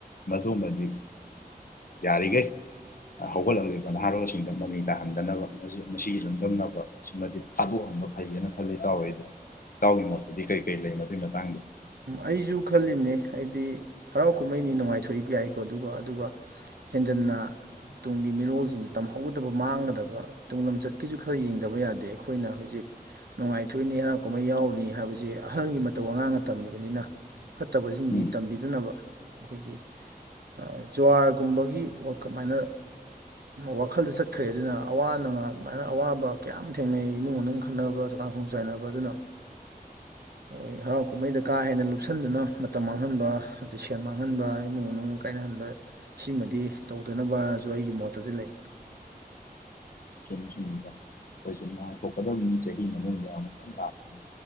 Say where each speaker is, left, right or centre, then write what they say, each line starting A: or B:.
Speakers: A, on the left (about 65°); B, on the right (about 80°).
A: ꯃꯗꯨꯃꯗꯤ ꯌꯥꯔꯤꯈꯩ ꯍꯧꯒꯠꯂꯛꯂꯤꯕ ꯅꯍꯥꯔꯣꯜꯁꯤꯡꯗ ꯃꯃꯤ ꯇꯥꯍꯟꯗꯅꯕ ꯃꯁꯤꯒꯤ ꯂꯝꯗꯥꯝ ꯅꯕ ꯁꯤꯃꯗꯤ ꯊꯥꯗꯣꯛꯍꯟꯕ ꯐꯩꯌꯦꯅ ꯈꯜꯂꯤ ꯏꯇꯥꯎꯗꯤ ꯏꯇꯥꯎꯒꯤ ꯃꯣꯠꯇꯨꯗꯤ ꯀꯩ ꯀꯔꯤ ꯂꯩ ꯃꯏ ꯃꯇꯥꯡꯗ
B: ꯑꯩꯁꯨ ꯈꯜꯂꯤꯕꯅꯦ ꯑꯩꯗꯤ ꯍꯔꯥꯎ ꯀꯨꯝꯍꯩꯅꯤ ꯅꯨꯡꯉꯥꯏꯊꯣꯛꯏ ꯌꯥꯏꯀꯣ ꯑꯗꯨꯒ ꯑꯗꯨꯒ ꯍꯦꯟꯖꯟꯅ ꯇꯨꯡꯒꯤ ꯃꯤꯔꯣꯜꯁꯤꯡꯗ ꯇꯝꯍꯧꯒꯗꯕ ꯃꯥꯡꯒꯗꯕ ꯇꯨꯡ ꯂꯝꯆꯠꯀꯤꯁꯨ ꯈꯔ ꯌꯦꯡꯗꯕ ꯌꯥꯗꯦ ꯑꯩꯈꯣꯏꯅ ꯍꯧꯖꯤꯛ ꯅꯨꯡꯉꯥꯏꯊꯣꯛꯅꯤ ꯍꯔꯥꯎ ꯀꯨꯝꯍꯩ ꯌꯥꯎꯔꯤꯅꯤ ꯍꯥꯏꯕꯁꯦ ꯑꯍꯟꯒꯤ ꯃꯇꯧ ꯑꯉꯥꯡꯅ ꯇꯝꯃꯤꯕ ꯑꯣꯏꯕꯅꯤꯅ ꯐꯠꯇꯕꯁꯤꯡꯗꯤ
A: ꯎꯝ
B: ꯇꯝꯕꯤꯗꯅꯕ ꯑꯩꯈꯣꯏꯒꯤ ꯖꯨꯋꯥꯔꯒꯨꯝꯕꯒꯤ ꯀꯃꯥꯏꯅ ꯋꯥꯈꯜꯗ ꯆꯠꯈ꯭ꯔꯦ ꯑꯗꯨꯅ ꯑꯋꯥ ꯅꯨꯡꯉꯥꯏ ꯑꯗꯨꯃꯥꯏꯅ ꯑꯋꯥꯕ ꯀꯌꯥꯝ ꯊꯦꯡꯅꯩ ꯏꯃꯨꯡ ꯃꯅꯨꯡ ꯈꯟꯅꯕ ꯆꯥꯛꯀ ꯀꯥꯡꯈꯣꯡ ꯆꯥꯏꯅꯕ ꯑꯗꯨꯅ ꯑꯩꯈꯣꯏ ꯍꯔꯥꯎ ꯀꯨꯝꯍꯩꯗ ꯀꯥ ꯍꯦꯟꯅ ꯂꯨꯞꯁꯟꯗꯨꯅ ꯃꯇꯝ ꯃꯥꯡꯍꯟꯕ ꯑꯗꯩ ꯁꯦꯟ ꯃꯥꯡꯍꯟꯕ ꯏꯃꯨꯡ ꯃꯅꯨꯡ ꯀꯥꯏꯅꯍꯟꯕ ꯁꯤꯃꯗꯤ ꯇꯧꯗꯅꯕꯁꯨ ꯑꯩꯒꯤ ꯃꯣꯠꯇꯖꯨ ꯂꯩ
A: ꯁꯨꯝꯃꯤ ꯁꯨꯝꯕ ꯑꯩꯈꯣꯏꯁꯦ ꯅꯨꯡꯉꯥꯏꯊꯣꯛꯀꯗꯕꯅꯤ ꯆꯍꯤ ꯃꯅꯨꯡꯗ ꯑꯃꯨꯛꯇꯪ ꯂꯥꯛꯄꯅꯤ